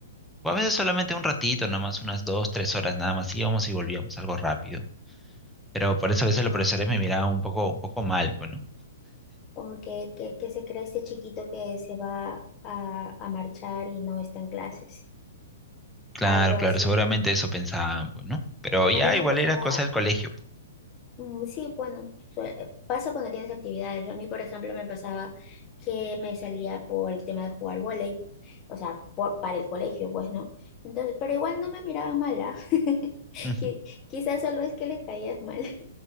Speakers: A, in the centre; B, on the left.
A: O a veces solamente un ratito, nomás unas dos, tres horas nada más, íbamos y volvíamos, algo rápido. Pero por eso a veces los
B: ah,
A: profesores
B: ok.
A: me miraban un poco, un poco mal, pues, ¿no?
B: Como que, que, que se cree este chiquito que se va a, a marchar y no está en clases.
A: Claro,
B: Algo así.
A: claro, seguramente eso pensaban, pues, ¿no? Pero ya
B: A mí me
A: igual
B: pasaba
A: era cosa del colegio.
B: Mm, Sí, bueno, sue- pasa cuando tienes actividades. A mí, por ejemplo, me pasaba que me salía por el tema de jugar vóley, o sea, por- para el colegio, pues, ¿no? Entonces, pero igual no me miraban mala. <laughs>
A: Ujú.
B: Qui- Quizás solo es que le caías mal,